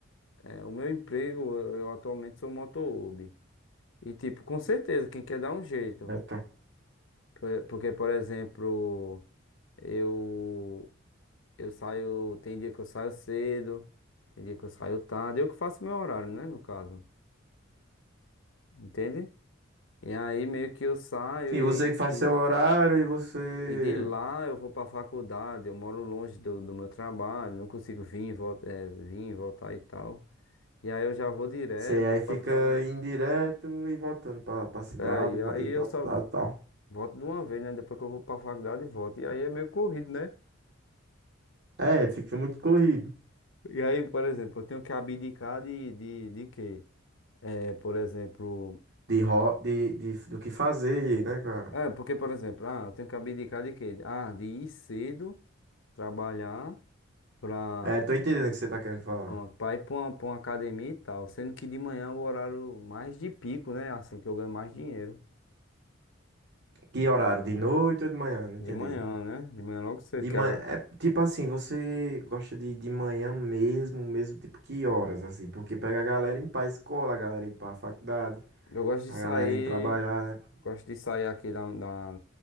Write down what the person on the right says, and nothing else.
É, tá.
Sim,
você que faz
seu horário e você,
você aí fica
indo direto e voltando pra, pra cidade,
vai-
indo
pra
cidade e tal.
É, fica muito corrido
de, ro de, de, do que fazer, né, cara?
É, tô entendendo o que você tá querendo falar.
Que horário? De noite ou de manhã? Não
entendi.
De
manhã,
é tipo assim, você gosta de, de manhã mesmo, mesmo tipo que horas, assim, porque pega a galera indo pra escola, a galera indo pra faculdade,
a
galera indo trabalhar, né?